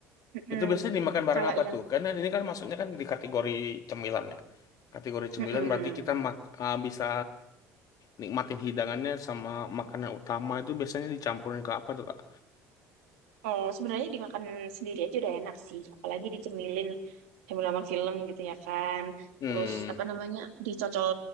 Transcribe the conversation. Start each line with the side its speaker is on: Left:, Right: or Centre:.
Right: Mm-mm.
Left: Itu biasanya dimakan bareng
Right: kalau
Left: apa
Right: yang
Left: tuh? Karena ini kan masuknya kan di kategori cemilan ya. Kategori cemilan
Right: mm-mm.
Left: berarti kita mak eh, bisa nikmatin hidangannya sama makanan utama itu biasanya dicampurin ke apa tuh, Kak?
Right: Oh, sebenarnya dimakan sendiri aja udah enak sih apalagi dicemilin halaman film gitu ya kan.
Left: Hmm,
Right: Terus apa namanya dicocol